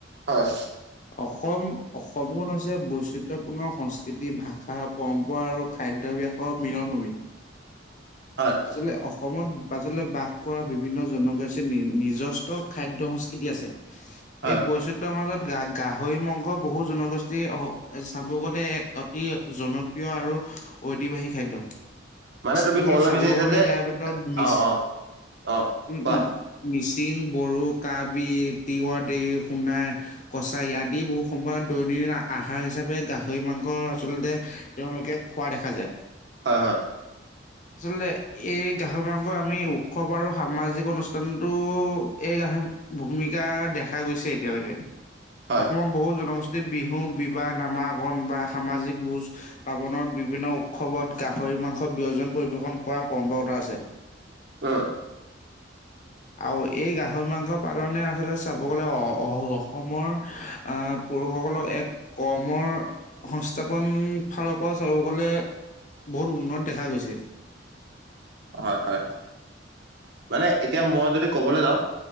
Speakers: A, on the right; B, on the left.
A: হয়।
B: অসম অসমখন হৈছে বৈচিত্ৰয়পূৰ্ণ সংস্কৃতি ভাষা, - পৰম্পৰা আৰু খাদ্যভ্যাসৰ মিলন ভূমি।
A: হয়।
B: আচলতে অসমত আচলতে বাস কৰা বিভিন্ন জনগোষ্ঠীৰ নি নিজস্ব খাদ্য সংস্কৃতি আছে।
A: হয়
B: এই বৈচিত- ত মাজত গা গাহৰি মংস বহু জনগোষ্ঠীৰ চাব গ'লে অতি জন- প্ৰিয় আৰু ঐতিবাহিক খাদ্য।
A: মানে
B: তুমি
A: ক'বলৈ
B: চাব
A: বিচাৰিছা
B: গলে
A: যে
B: ইয়াৰ ভিতৰত মিছ
A: অ অ অ
B: উম
A: কোৱা
B: উম'। মিচিং, বড়ো, কাৰ্বি, তিৱা, দে, সোণায়- কছাৰী আদি বহু সময়ত দৈনন্দিন আহাৰ হিচাপে গাহৰি মাংস আচলতে- তেওঁলোকে খোৱা দেখা যায়।
A: হয় হয়।
B: আচলতে এই গাহৰি মাংস আমি উৎসৱ আৰু সামাজিক অনুষ্ঠানতো- এই আহ ভূমিকা দেখা গৈছে এতিয়ালৈকে
A: হয়
B: অসমৰ বহুত জনগোষ্ঠী- বিহু বিবাহ নামাকণ বা সামাজিক বুজ পাবনত বিভিন্ন উৎসৱত গা খৰি মাংস ব্যয়জন পৰিৱেশন কৰা পৰম্পৰাগত আছে।
A: উমঁ!
B: আৰু এই গাহৰি মাংস পালনে আচলতে চাব গ'লে অ অ অসমৰ আ পুৰুষসকলক এক কৰ্মৰ সংস্থাপন ফালৰ পৰা চাব গ'লে- বহুত উন্নত দেখা গৈছে।
A: হয়ঁ হয়ঁ মানে এতিয়া মই যদি ক'বলৈ যাওঁ